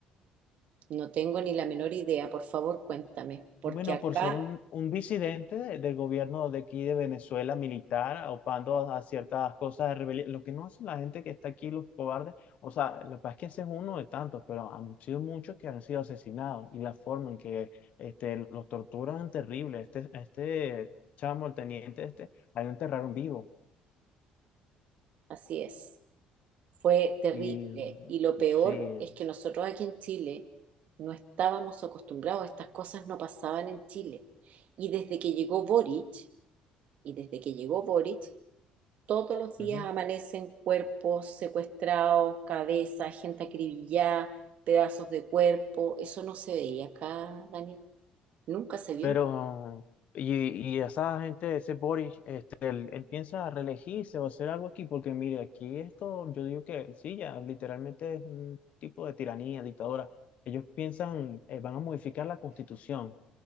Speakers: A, on the right; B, on the left.
A: No tengo ni la menor idea, por favor, cuéntame, porque
B: Bueno,
A: acá
B: por ser un, un disidente de- del gobierno de aquí de Venezuela, militar, opando a, a ciertas cosas de rebelión, lo que no hace la gente que está aquí, los cobardes, o sea, lo que pasa es que ese es uno de tantos, pero han sido muchos que han sido asesinados y la forma en que este, los torturan es terrible. Este, este chamo, el teniente este, a él lo enterraron vivo
A: así es. Fue terrible
B: y mm,
A: y lo peor
B: sí.
A: es que nosotros aquí en Chile no estábamos acostumbrados, estas cosas no pasaban en Chile. Y desde que llegó Boric, y desde que llegó Boric, Todos los días
B: ujú.
A: amanecen cuerpos secuestrados, cabezas, gente acribillada, pedazos de cuerpo. Eso no se veía acá, Daniel. Nunca se vio.
B: Pero, y, y esa gente, ese Boris, este, él, él piensa reelegirse o hacer algo aquí, porque mire, aquí esto, yo digo que sí, ya literalmente es un tipo de tiranía, dictadura. Ellos piensan, eh, van a modificar la constitución